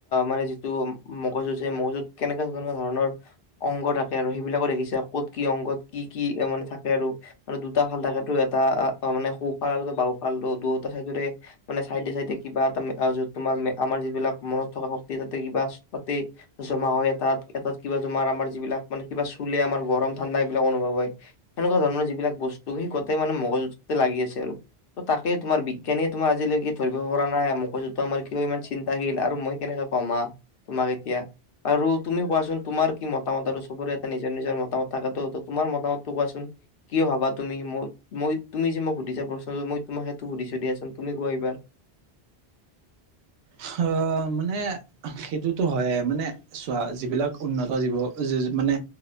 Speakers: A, on the left; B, on the right.
A: মানে যিটো মগজুযে মগজুত কেনেকা কেনেকুৱা ধৰণৰ। অংগ থাকে আৰু সেইবিলাকো দেখিছে কত কি অংগত কি কি মানে থাকে আৰু। আৰু দুটা ফাল থাকেতটো এটা মানে সোফাল আৰু বাওফাল দুয়োটা চাইদৰে মানে চাইডে চাইডে কিবা এটা তোমাৰ আমাৰ যিবিলাক মনত থকা শক্তি তাতে কিবা তাতে। জমা হয় এটাত এটাত কিবা তোমাৰ আমাৰ যিবিলাক মানে কিবা চুলে আমাৰ গৰম ঠাণ্ডা এইবিলাক অনুভৱ হয়। সেনেকুৱা ধৰণৰ যিবিলাক বস্তু সেই গোটেই মানে মগজুততে লাগি আছে আৰু। ত তাকে তোমাৰ বিজ্ঞানীয়ে তোমাৰ আজিলৈকে ধৰিব পৰা নাই মগজতো আমাৰ কিয় ইমান চিন্তাশীল আৰু মই কেনেকা কমা তোমাক এতিয়া। আৰু তুমি কোৱাচোন তোমাৰ কি মতামত আৰু চবৰে এটা নিজৰ নিজৰ মতামত থাকটো ত তোমাৰ মতামতটো কোৱাচোন? কিয় ভাবা তুমি মোক মই তুমি যে মোক সুধিছা প্ৰশ্ন মই টোমাক সেইটো সুধিছো দিয়াচোন তুমি কোৱা এইবাৰ
B: হা মানে সেইটোতো হয়য়ে মানে চোৱা যিবিলাক উন্নত জীৱ মানে